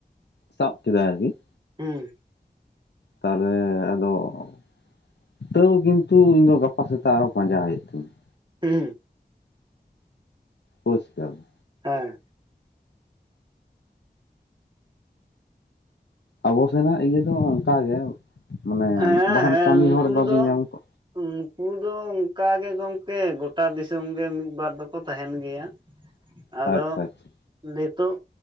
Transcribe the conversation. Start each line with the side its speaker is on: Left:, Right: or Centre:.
Left: ᱥᱟᱵ ᱠᱮᱫᱟ ᱟᱨᱠᱤ ᱾
Right: ᱦᱩᱸ ᱾
Left: ᱛᱟᱦᱚᱞᱮ ᱟᱫᱚ <inaudible> ᱛᱟᱹᱣ ᱠᱤᱱᱛᱩ ᱤᱧ ᱫᱚ ᱜᱟᱯᱟ ᱥᱮᱛᱟᱜ ᱟᱨᱚ ᱯᱟᱸᱡᱟ ᱦᱩᱭᱩᱜ ᱛᱤᱧᱟ ᱾
Right: ᱦᱮᱸ ᱦᱩᱸ ᱾
Left: ᱵᱩᱡᱽ ᱠᱮᱫᱟᱢ ᱾
Right: ᱦᱮᱸ ᱾
Left: ᱟᱵᱚ ᱥᱮᱱᱟᱜ ᱤᱭᱟᱹ ᱫᱚ ᱚᱱᱠᱟᱜᱮ ᱢᱟᱱᱮ
Right: ᱦᱮᱸ
Left: ᱵᱟᱠᱷᱟᱱ
Right: ᱦᱮᱸ
Left: ᱠᱟᱹᱢᱤ
Right: ᱩᱱᱠᱩ
Left: ᱦᱚᱲ ᱵᱟᱵᱤᱱ
Right: ᱫᱚ
Left: ᱧᱟᱢ ᱠᱚ
Right: ᱩᱱᱠᱩ ᱫᱚ ᱚᱱᱠᱟ ᱜᱮ ᱜᱚᱝᱠᱮ ᱜᱚᱴᱟ ᱫᱤᱥᱚᱢ ᱜᱮ ᱢᱤᱫ ᱵᱟᱨ ᱫᱚ ᱠᱚ ᱛᱟᱦᱮᱱ ᱜᱮᱭᱟ
Left: <inaudible>
Right: ᱾
Left: ᱟᱪᱪᱷᱟ
Right: ᱟᱫᱚ
Left: ᱟᱪᱪᱷᱟ
Right: <inaudible> ᱱᱤᱛᱚᱜ